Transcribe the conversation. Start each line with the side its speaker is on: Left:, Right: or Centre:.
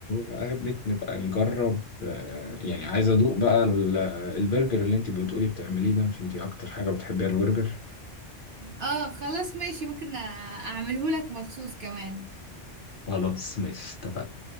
Left: أخدك نبقى نجرب آه، يعني عايز أدوق بقى ال- البرجر اللي أنت بتقولي بتعمليه ده مش أنت أكتر حاجة بتحبيها البرجر
Right: اه خلاص ماشي ممكن اعمله لك مخصوص كمان
Left: خلاص ماشي اتفقنا